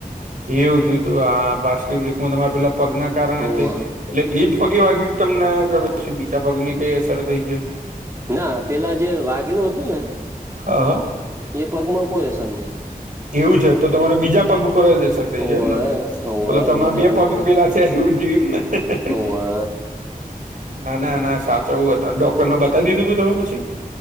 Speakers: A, on the right; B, on the right.
A: એવું છે પાસની બ્રેકમાં તમારા પેલા પગ ના કારણે
B: ઓહ
A: થયુ. એટલે એ જ પગે વાગ્યું તમને કે પી બીજા પગની કઈ અસર થઈ છે.?
B: ના પેલા જે વાઘેલૂ હતું ને?
A: હા હા
B: એ પગમાં કોઈ અસર નહી.
A: એવું છે તો તમારે બીજા પગ ઉપર જ અસર થઈ જાય
B: ઓવે
A: એમ ને
B: ઓવે
A: તો તમારે
B: બીજા
A: બે પગ
B: ઉપર
A: પેલા
B: થી
A: છે એવું જોયું એમ ને
B: ઓવે
A: ના ના ના સાચવું હતા ડોક્ટરને બતાવી દીધું તું તમે પછી?